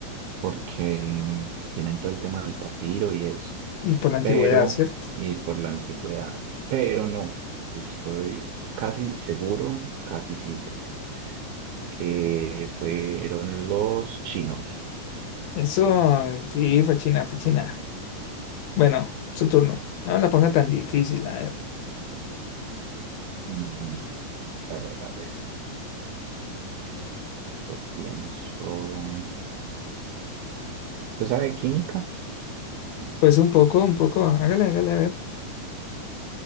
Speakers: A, on the right (about 75°); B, on the left (about 70°).
A: porque tienen todo el tema del papiro y eso.
B: Y por la antigüedad,
A: Pero,
B: ¿cierto?
A: y por la antigüedad. Pero no, estoy casi seguro, casi cito, que fueron los chinos.
B: Eso, sí, fachina, fachina. Bueno, su turno. No la ponga tan difícil, a ver.
A: Mm, A ver, a ver. Yo pienso. ¿Usted sabe de química?
B: Pues un poco, un poco. Hágale, hágale, a ver.